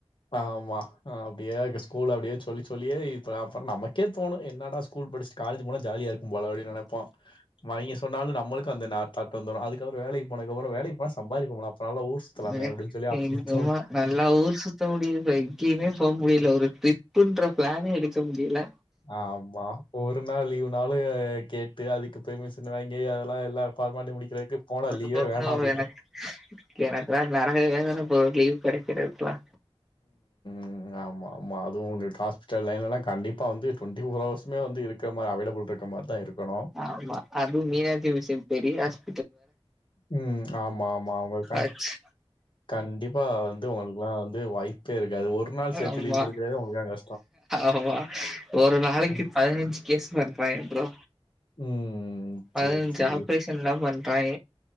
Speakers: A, on the left; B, in the centre.
A: ஆமா அப்டியே எங்க ஸ்கூல்ல அப்டியே சொல்லி சொல்லியே இப்ப அப்பறம் நமக்கே தோணும் என்னடா ஸ்கூல் படிச்சிட் காலேஜ் போனா ஜாலியா இருக்கும் போல அப்டின் நெனப்போம் அவைங்க சொன்னாலும் நம்மளுக்கு அந்த நா தாட் வந்துரும் அதுக்கறோ வேலைக்கு போனதுக்கப்பறம் வேலைக்கு போனா சம்பாதிக்க போணும் அப்பலா ஊர் சுத்தலாமே
B: எனங்க
A: அப்படின்னு சொல்லி அப்படி
B: என்னமோ
A: தோணும்.
B: நல்லா ஊர் சுத் த்த முடியுது எங்கேமே போ முடியல ஒரு ட்ரிப்புன்ற பிளானே எடுக்க முடியல
A: ஆமா ஒரு நாள் லீவுனாலு கேட்டு அதுக்கு பெர்மிஷன் வாங்கி அதெல்லா எல்லா பா பண்ணி மூடிக்கிறக்கு போடா
B: அதுவா
A: லீவே வேணா
B: ப்ரோ
A: அப்டின்றுவே
B: எனக்கு எனக்குல்லா நரக வேதன ப்ரோ லீவ் கெடைக்குறதுக்குலா
A: ம் ஆமா ஆமா அதுவு உங்களுக்கு ஹாஸ்பிட்டல் லைன்லலா கண்டிப்பா வந்து டுவெண்டி ஃபோர் அவர்சுமே வந்து இருக் க்க மா அவைலபுள்ருக்க மாரி தா இருக்கணு
B: ஆமா அது மீனாச்சி மிசின் பெரிய ஆஸ்
A: ம் ஆமா ஆமா உங்களுக்குலா
B: அச்சு
A: கண்டிப்பா வந்து உங்களுக்குக்கெல்லா வந்து வாய்ப்பே இருக்காது ஒரு நாள் சேத்து
B: ஆமா
A: லீவு குடுக்குறதே உங்களுக்லா அங்க
B: ஆமா ஒரு நாளைக்கு
A: ம்.
B: பதினஞ்சு கேஸ் பண்றாங்க ப்ரோ
A: ம்
B: பதினஞ்சு
A: சரி, சரி.
B: ஆப்ரேஷன்லா பண்றாங்க